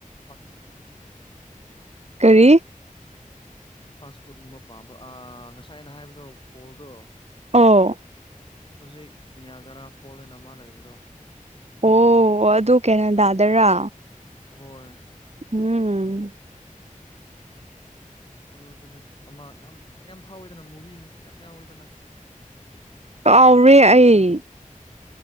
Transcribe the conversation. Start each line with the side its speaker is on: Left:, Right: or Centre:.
Left: ꯐꯥꯁ ꯐꯨꯗꯀꯨꯝꯕ
Right: ꯀꯔꯤ?
Left: ꯐꯥꯁ ꯐꯨꯗꯀꯨꯝꯕ ꯄꯥꯝꯕ꯭ꯔꯣ ꯑꯥ ꯉꯁꯥꯏ ꯑꯅ ꯍꯥꯏꯕꯗꯣ ꯐꯣꯜꯗꯣ
Right: ꯑꯣ
Left: ꯍꯧꯖꯤꯛ ꯅꯤꯌꯥꯒꯔꯥ ꯐꯣꯜ ꯑꯅ ꯑꯃ ꯂꯩꯕꯗꯣ
Right: ꯑꯣ ꯑꯗꯨ ꯀꯩꯅꯣ ꯗꯥꯗꯔꯥ
Left: ꯍꯣꯏ
Right: ꯎꯝ
Left: ꯑꯗꯨꯗꯨꯅꯦ ꯑꯃ ꯌꯥꯝ ꯃꯌꯥꯝ ꯐꯥꯎꯋꯦꯗꯅ ꯃꯨꯚꯤꯒꯨꯝꯕꯗꯁꯨ ꯌꯥꯝ ꯌꯥꯎꯋꯦꯗꯅ?
Right: ꯀꯥꯎꯔꯦ ꯑꯩ꯫